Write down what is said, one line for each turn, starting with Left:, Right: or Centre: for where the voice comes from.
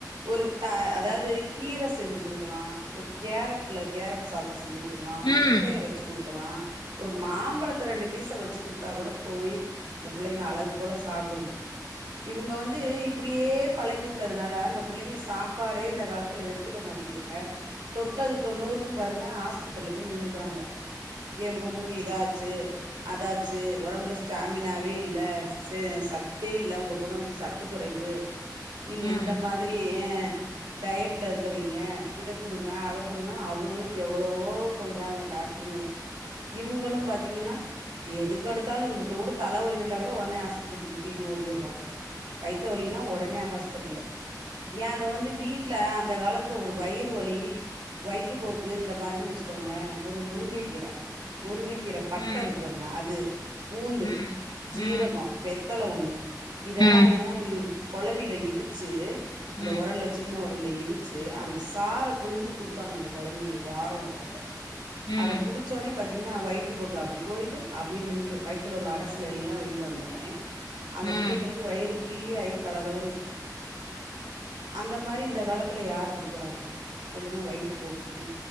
Right: ஒரு த அதாவ்து கீர செஞ்சி குடுக்கலா ஒரு கேரட்ல கேரட் சாதொ செஞ்சி குடுக்கலா
Left: ம்
Right: முட்டைய வச்சு குடுக்கலா ஒரு மாம்பழத்த ரெண்டு பீச வச்சு குடுத்தாக் கூட போய் அந்த புள்ளைங்க அழகு போல சாப்டுங்க இவுங்க வந்து இப்டியே பழக்கி உட்டதுனால அந்த புள்ளைங்க சாப்பாடே இந்த காலத்துல எடுத்துக்க மாட்டேங்கிதுங்க தொட்டது தொண்ணூறுக்கும் பாருங்க ஆஸ்பத்திரியில போய் நின்னுக்குறாங்க ஏம் பொண்ணுக்கு இதாச்சு அதாச்சு ஒடம்புல ஸ்டாமினாவே இல்ல ச சத்தே இல்ல உங்க பொண்ணுக்கு சத்து குறைவு நீங்க
Left: ம்
Right: எந்த மா இ ஏ டயட்ல இருக்க வைங்க இதக் குடுங்க அதக் குடுங்கனு அவுங்களு எவ்வளவோ சொல்றாங்க டாக்ட்ருங்களு இவுங்களும் பாத்தீங்கன்னா எதுக்கெடுத்தாலு இம்புட்டோண்டு தலவலி வந்தா கூட ஒன்னே ஹாஸ்பத்திரிக்கு தூக்கிட்டு ஓடிர்றாங்க வைத்த வலினா ஒடனே ஹாஸ்பிடலு ஏ அத வந்து வீட்ல அந்த காலத்துல ஒரு வயிறு வலி வயிற்றுப் போக்கு இந்த மாரினு வச்சுக்கோங்களே ஒரு முருங்கக்கீர முருங்கக்கீர பட்ட
Left: ம்
Right: இருக்கு பாருங்க அது பூண்டு
Left: ம்
Right: ஜீரகொ
Left: ம்
Right: வெத்தல ஒண்ணு இதெல்லா
Left: ம்
Right: ஏ கொல மில இடிச்சு அந்த
Left: ம்
Right: ஒரல்ல சின்ன ஒரல்ல இ டு அந்த சார புழிஞ்சி குடு ப்பாங்க அந்த கொழந்தைங்களுக்கு வாரொ தரவ
Left: ம்
Right: அத குடிச்ச ஒன்னே பாத் தீங்கன்னா வயிற்று போக்கு அப்டி போய்ட்டு அப்டியே நின்று வய்த்துல உள்ள அடசல் எல்லா வெளியில வந்தோன்னே அந்த புள்ளைங்களுக்கு
Left: ம்
Right: வயிறு ஃப்ரீயாயி கலகலன்ருக்கு அந்த மாரி இந்த காலத்துல யாரு குடுக்குறாங்க சொல்லுங்க வயிற்று போக்குக்குன்னு